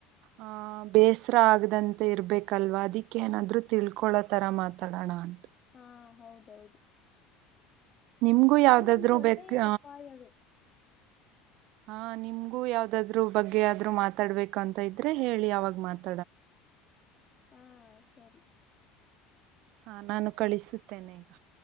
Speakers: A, on the right (about 60°); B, on the left (about 25°).
A: ಆ. ಬೇಸರ ಆಗದಂತೆ ಇರಬೇಕಲ್ವಾ ಅದಕ್ಕೇಏನಾದರೂ ತಿಳ್ಕೊಳ್ಳೋತರ ಮಾತಾಡೋಣ ಅಂತ.
B: ಹಾ ಹೌದೌದು
A: ನಿಮಗೂ ಯಾವುದಾದ್ರೂ
B: ಇದು ಒಂದು ಒಳ್ಳೆಯ
A: ಬೇಕು
B: ಉಪಾಯವೇ
A: ಹಾ ನಿಮ್ಗೂ ಯಾವ್ದಾದ್ರು ಬಗ್ಗೆ ಆದ್ರು ಮಾತಾಡ್ಬೇಕು ಅಂತ ಇದ್ರೆ ಹೇಳಿ ಅವಾಗ ಮಾತಡನಾ
B: ಹಾ ಸರಿ
A: ಹಾಂ ನಾನು ಕಳಿಸುತ್ತೇನೆ ಈಗ